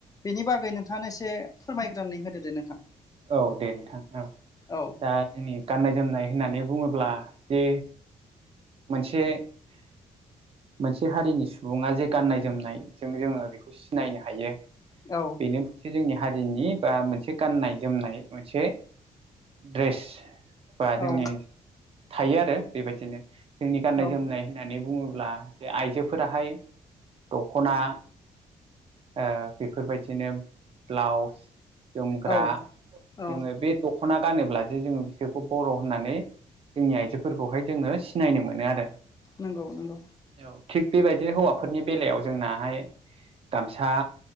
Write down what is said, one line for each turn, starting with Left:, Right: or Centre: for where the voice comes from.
Left: बिनि बागै नोंथाङानो एसे फोरमायग्रोनानै होदो दे नोंथां।
Right: औ दे नोंथां ओं।
Left: औ
Right: दा जोंनि गाननाय जोमनाय होननानै बुङोब्ला जे मोनसे मोनसे हारिनि सुबुङा जे गाननाय जोमनायजों जोङो बेखौ सिनायनो हायो।
Left: औ।
Right: बेनो मोनसे जोंनि हारिनि बा मोनसे गाननाय जोमनाय मोनसे द्रेस बा
Left: औ
Right: जोंनि थायो आरो बेबायदिनो। जोंनि गाननाय
Left: औ
Right: जोमनाय होननानै बुङोब्ला जे आइजोफोराहाय दख'ना ओ बेफोर बायदिनो ब्लाउस जोमग्रा।
Left: औ औ
Right: जोङो बे दख'ना गानोब्ला जे जोङो बिसोखौ बर' होननानै जोंनि आइजोफोरखौहाय जोङो सिनायनो मोनो आरो।
Left: नंगौ नंगौ।
Right: औ थिग बेबायदिनो हौवाफोरनि बेलायाव जोंनाहाय गामसा।